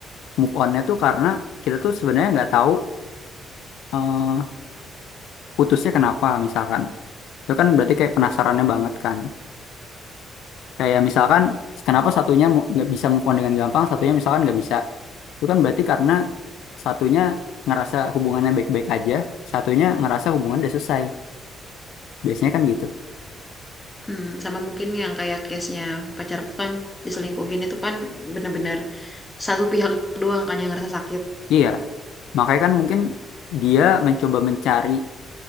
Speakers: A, on the left; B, on the left.
A: move onnya tuh karena kita tuh sebenarnya nggak tahu eh, putusnya kenapa misalkan itu kan berarti kayak penasarannya banget kan kayak misalkan kenapa satunya mu- nggak bisa move on dengan gampang satunya misalkan nggak bisa itu kan berarti karena satunya ngerasa hubungannya baik-baik aja satunya ngerasa hubungan udah selesai biasanya kan gitu
B: Hmm, sama mungkin yang kayak case-nya pacarku kan diselingkuhin itu kan bener-bener satu pihak doang kan yang ngerasa sakit.
A: iya makanya kan mungkin dia mencoba mencari